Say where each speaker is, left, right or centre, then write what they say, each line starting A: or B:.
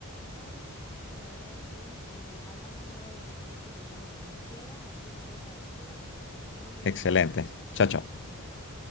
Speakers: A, on the left; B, on the left.
A: Claro que sí, la verdad que eh, hablamos luego, entonces, Juan Carlos, cuando quieras, aquí estoy para charlar. Nos vemos.
B: Excelente. Chao, chao.
A: Chao, chao.